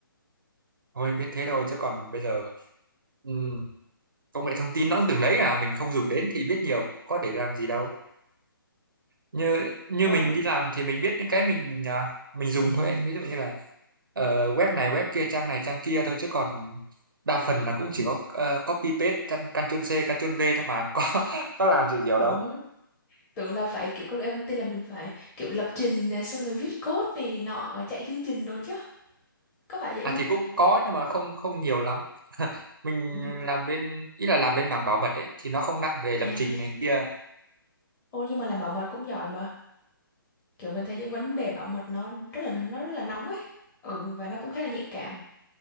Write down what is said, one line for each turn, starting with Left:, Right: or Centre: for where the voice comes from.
Right: thôi biết thế thôi chứ còn bây giờ ừm, công nghệ thông tin nó cũng từng đấy à mình không dùng đến thì biết nhiều cũng có để làm gì đâu. Như như
Left: ờ
Right: mình đi làm thì mình biết những cái mình à, mình dùng thôi. ấy. Ví dụ như là ờ, web này web kia trang này trang kia thôi chứ còn đa phần là cũng chỉ có ờ, copy paste căn- Ctrl C Ctrl V thôi mà <laughs> có có làm gì nhiều
Left: ủa
Right: đâu.
Left: tưởng là phải kiểu công nghệ thông tin là mình phải kiểu lập trình này xong rồi viết code này nọ chạy chương trình đồ chứ có phải vậy
Right: À
Left: không
Right: thì cũng có nhưng mà không không nhiều lắm. <laughs> Mình
Left: Ừ.
Right: làm bên ý là làm bên mảng bảo mật ấy thì nó không nặng về lập
Left: à
Right: trình này kia.
Left: ô nhưng mà làm bảo mật cũng giỏi mà kiểu mình thấy những vấn đề bảo mật nó rất là nó rất là nóng ấy ừ và nó cũng khá là nhạy cảm